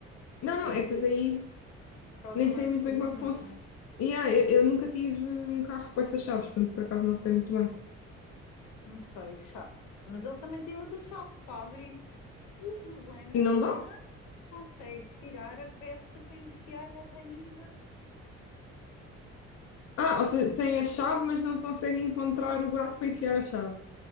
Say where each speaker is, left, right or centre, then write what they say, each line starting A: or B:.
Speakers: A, on the left; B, on the left.
A: Não, não,
B: essa
A: essas aí
B: causa
A: nem
B: mais
A: sei muito
B: problemas,
A: bem como é que funciona.
B: não é?
A: Yeah, eu, eu nunca tive um carro com essas chaves, portanto, por acaso não sei muito bem.
B: Não sei, chato. Mas ele também tem outra chave para abrir. O problema
A: E
B: é
A: não
B: que ele
A: dá?
B: não consegue tirar a peça para enfiar na ranhura.
A: Ah, ou seja, tem a chave, mas não consegue encontrar o buraco para enfiar a chave.